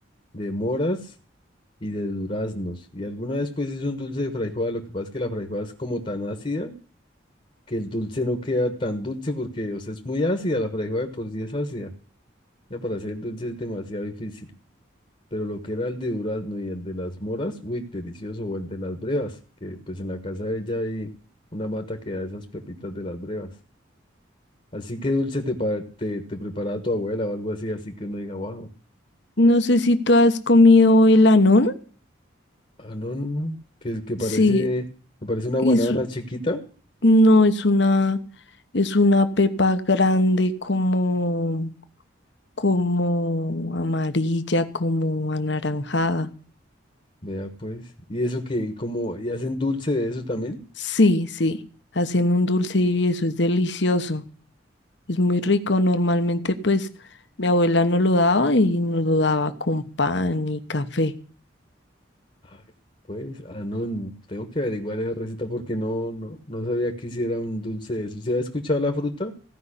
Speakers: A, on the left; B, on the left.
A: de moras y de duraznos. Y alguna vez pues hizo un dulce de frambuesa, lo que pasa es que la frambuesa es como tan ácida que el dulce no queda tan dulce porque, o sea, es muy ácida, la frambuesa de por sí es ácida. Ya para hacer el dulce es demasiado difícil. Pero lo que era el de durazno y el de las moras, uy, delicioso, o el de las brevas, que pues en la casa de ella hay una mata que da esas pepitas de las brevas. Así que dulce te, pa- te, te preparaba tu abuela o algo así, así que uno diga, wow,
B: No sé si tú has comido el anón.
A: ah, no, no, no, que, que parece,
B: Sí,
A: que parece una
B: es,
A: guanábana chiquita,
B: No, es una, es una pepa grande como, como amarilla, como anaranjada.
A: vea pues, y eso que, y como, y hacen dulce de eso también,
B: Sí, sí, hacen un dulce y eso es delicioso, es muy rico. Normalmente pues mi abuela no lo daba y nos lo daba con pan y café.
A: Ay, pues, ah, no, tengo que averiguar esa receta porque no, no, no sabía que hiciera un dulce de eso, si había escuchado la fruta,